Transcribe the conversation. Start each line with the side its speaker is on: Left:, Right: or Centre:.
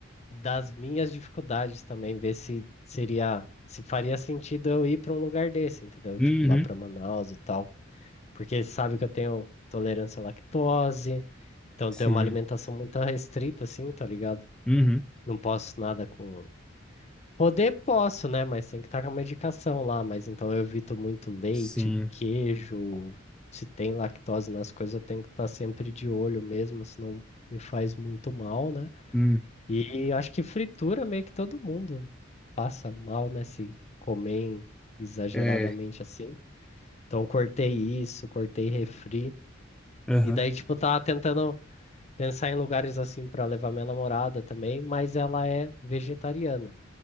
Left: das minhas dificuldades também, ver se seria, se faria sentido eu ir para um lugar desse, entendeu?
Centre: Uhum.
Left: Tipo, lá para Manaus e tal. porque sabe que eu tenho tolerância à lactose, então
Centre: Sim.
Left: tenho uma alimentação muito restrita, assim, tá ligado?
Centre: Uhum.
Left: Não posso nada com. Poder posso, né? Mas tem que estar com a medicação lá. Mas então eu evito muito leite,
Centre: Sim.
Left: queijo. Se tem lactose nas coisas, eu tenho que estar sempre de olho mesmo, senão me faz muito mal, né?
Centre: Hum.
Left: E acho que fritura meio que todo mundo passa mal, né? Se comer exageradamente
Centre: É.
Left: assim. Então cortei isso, cortei refri.
Centre: Aham.
Left: E daí, tipo, tava tentando pensar em lugares assim pra levar minha namorada também, mas ela é vegetariana.